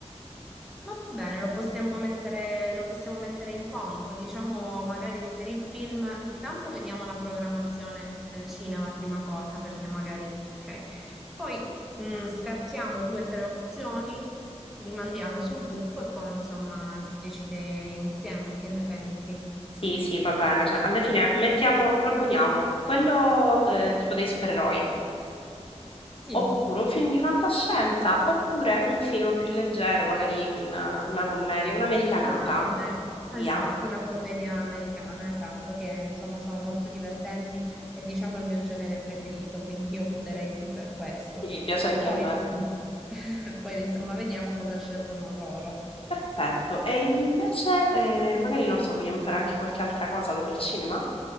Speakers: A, in the centre; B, on the left.
A: va bene, lo possiamo mettere, lo possiamo mettere in conto. Diciamo, magari per il film, intanto vediamo la programmazione del cinema prima cosa, perché magari, ok. Poi mm, scartiamo due o tre opzioni, li mandiamo sul gruppo e poi insomma si decide insieme, che ne pensi?
B: Sì, sì, va bene. Cioè, alla fine mettiamo, proponiamo quello eh, tipo dei supereroi,
A: Sì.
B: oppure un film di fantascienza, oppure un film più leggero, magari un- una commedia, un'americanata.
A: Una commedia, esatto,
B: Via.
A: una commedia americana, esatto, che insomma sono molto divertenti e diciamo il mio genere preferito, quindi io opterei più per questo.
B: Sì, piace anche
A: Poi
B: a me.
A: insomma, <laughs> poi, insomma, vediamo cosa scelgono loro.
B: Perfetto. E invece, eh, magari non lo so, vogliamo fare anche qualche altra cosa dopo il cinema?